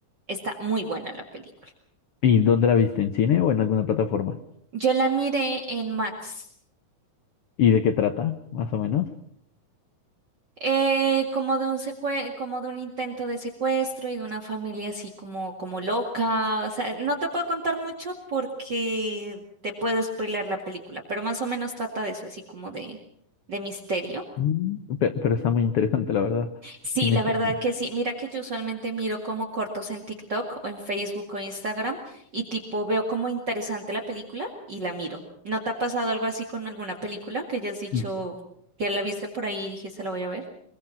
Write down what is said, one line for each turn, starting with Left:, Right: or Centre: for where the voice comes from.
Right: Está muy buena la película.
Left: ¿Y dónde la viste? ¿En cine o en alguna plataforma?
Right: Yo la miré en Max.
Left: ¿Y de qué trata, más o menos?
Right: Eh, como de un secue- como de un intento de secuestro y de una familia así como, como loca. O sea, no te puedo contar mucho porque te puedo spoiler la película, pero más o menos trata de eso, así como de, de misterio.
Left: Mm, pe- Pero, está muy interesante, la verdad.
Right: Sí,
Left: Sí me
Right: la verdad
Left: suena.
Right: que sí. Mira que yo usualmente miro como cortos en TikTok o en Facebook o Instagram y tipo veo como interesante la película y la miro. ¿No te ha pasado algo así con alguna película que hayas dicho
Left: Mm.
Right: que la viste por ahí y dijiste la voy a ver?